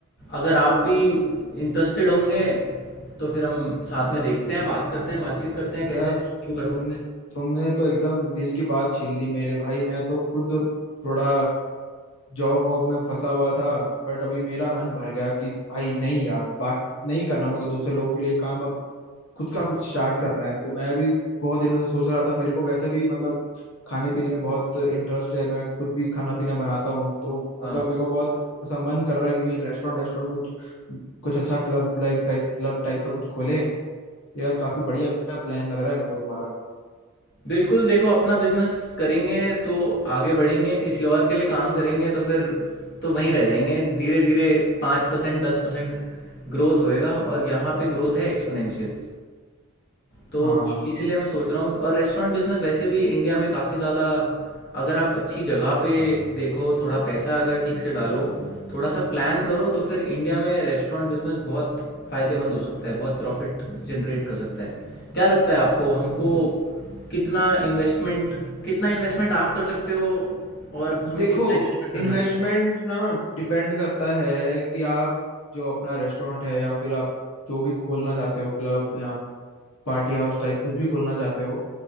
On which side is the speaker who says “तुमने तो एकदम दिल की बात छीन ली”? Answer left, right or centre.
Left